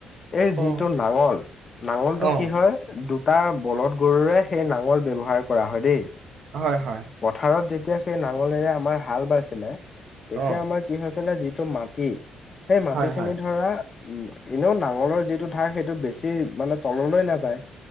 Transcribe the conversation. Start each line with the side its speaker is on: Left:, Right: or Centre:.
Left: এই
Right: অ'
Left: যিটো নাঙল, নাঙলটো
Right: অ'
Left: কি হয়? দু তাৰ বলধ গৰুৰে সেই নাঙল ব্যৱহাৰ কৰা হয় দেই।
Right: হয়, হয়।
Left: পথাৰত যেতিয়া সেই নাঙলেৰে আমাৰ হাল বাইছিলে, তেতিয়া
Right: অ'
Left: আমাৰ কি হৈছিলে যিটো মাটি সেই মাটি
Right: হয়,
Left: খিনি
Right: হয়,
Left: ধৰা উম, এনেও নাঙলৰ যিটো ঢাৰ সেইটো বেছি মানে তললৈ নাযায়।